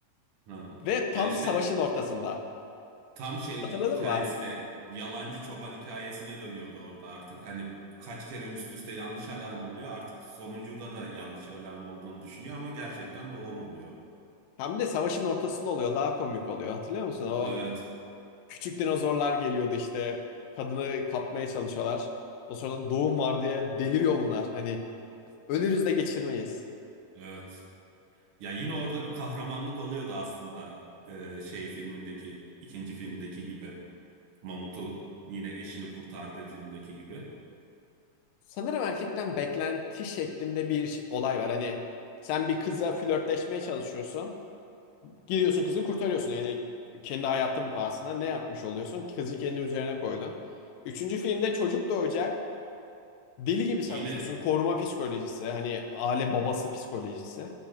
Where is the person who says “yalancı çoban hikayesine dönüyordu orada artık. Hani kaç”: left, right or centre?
Right